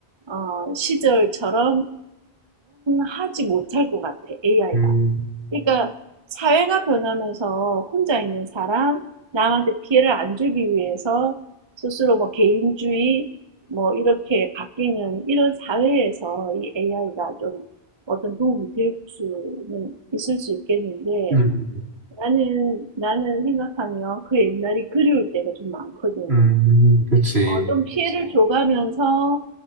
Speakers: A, on the right (about 30°); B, on the right (about 80°).
A: 어, 시절처럼은 하지 못할 것 같아, AI가.
B: 음,
A: 그러니까 사회가 변하면서 혼자 있는 사람, 남한테 피해를 안 주기 위해서 스스로 뭐 개인주의, 뭐 이렇게 바뀌는 이런 사회에서 이 AI가 좀 어떤 도움이 될 수는 있을 수 있겠는데
B: 음,
A: 나는, 나는 생각하면 그 옛날이 그리울 때가 좀 많거든.
B: 음, 그치.
A: 어, 좀 피해를 줘가면서